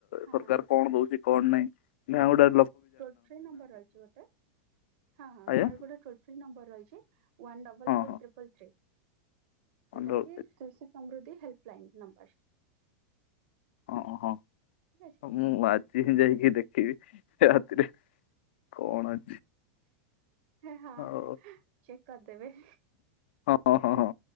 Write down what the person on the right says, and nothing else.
ହଁ
ଟୋଲ ଫ୍ରି ନମ୍ବର ରହିଛି ଗୋଟେ। ହଁ ହଁ
ତାର ଗୋଟେ ଟୋଲ ନମ୍ବର ରହିଛି ୱାନ ଡବଲ
ଫାଇପ
ଟ୍ରିପଲଥ୍ରୀ। ଯୋଉଟା
କି କୃଷି ସମୃଦ୍ଧି ହେଲ୍ପଲାଇନ୍ ନମ୍ବର।
ଠିକ ଅଛି
ହଁ
ଚେକ କରିଦେବେ।